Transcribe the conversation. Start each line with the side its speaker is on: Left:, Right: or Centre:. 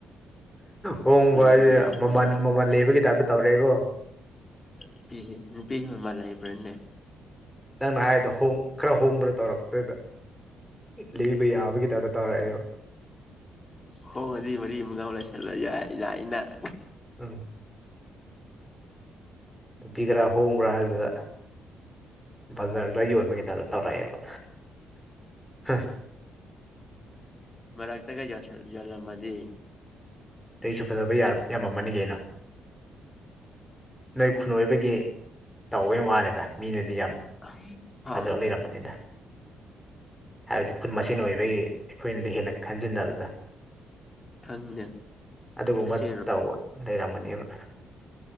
Centre: ꯍꯣꯡꯕ
Left: ꯂꯧꯕ
Centre: ꯍꯥꯏꯗꯨ
Left: ꯂꯥꯛꯄ
Centre: ꯃꯃꯜ
Left: ꯌꯥꯔꯕ
Centre: ꯃꯃꯜ ꯂꯩꯕꯒꯤ ꯇꯥꯏꯞꯇ ꯇꯧꯔꯛꯑꯦꯕꯣ
Left: ꯅꯨꯄꯤ ꯅꯨꯄꯤ ꯃꯃꯜ ꯂꯩꯕ꯭ꯔꯥꯅꯦ
Centre: ꯅꯪꯅ ꯍꯥꯏꯗꯣ ꯈꯔ ꯍꯣꯡꯕ꯭ꯔꯥ ꯇꯧꯔꯛꯇꯗ ꯂꯩꯕ ꯌꯥ ꯌꯥꯒꯗꯤ ꯇ ꯇꯧꯔꯛꯑ ꯒꯦꯕ
Left: ꯍꯣꯡ ꯑꯗꯨꯗꯤ ꯃꯔꯤ ꯑ ꯃꯒꯥꯎ ꯂꯩꯥꯏꯁꯜꯂ ꯌꯥꯏ ꯌꯥ ꯏꯅ ꯑ
Centre: ꯎꯝ ꯅꯨꯄꯤ ꯈꯔ ꯍꯣꯡꯕ꯭ꯔꯥ ꯍꯥꯏꯕꯁꯤꯗ ꯕꯖꯥꯔꯗ ꯌꯣꯟꯕ ꯀꯩꯇꯥꯗ ꯇꯧꯔꯛꯑꯦꯕ ꯍꯥ
Left: ꯁꯤꯠꯗꯒꯥ ꯌꯣꯜꯂꯝꯃꯗꯤ
Centre: ꯑꯩꯁꯨ ꯐꯖꯕ ꯌꯥꯝꯔꯝ ꯌꯥꯝꯃꯝꯝꯅꯤ ꯀꯩꯅꯣ ꯅꯣꯏ ꯈꯨꯟ ꯑꯣꯏꯕꯒꯤ ꯇꯧꯕꯩ ꯋꯥꯅꯤꯗ ꯃꯤꯅꯗꯤ ꯌꯥꯝ
Left: ꯑꯥ
Centre: ꯐꯖꯕ ꯂꯩꯔꯝꯕꯅꯤꯗ ꯍꯥꯏꯕꯗꯤ ꯈꯨꯟ ꯃꯁꯦꯟ ꯑꯣꯏꯕꯒꯤ ꯑꯩꯈꯣꯏꯅꯗꯤ ꯍꯦꯟꯅ ꯈꯟꯖꯤꯟꯅꯕꯗ
Left: ꯈꯪꯗꯦ
Centre: ꯑꯗꯨꯒꯨꯝꯕ
Left: ꯑꯩꯁꯦ
Centre: ꯇꯧ ꯂꯩꯔꯝꯕꯅꯦꯕ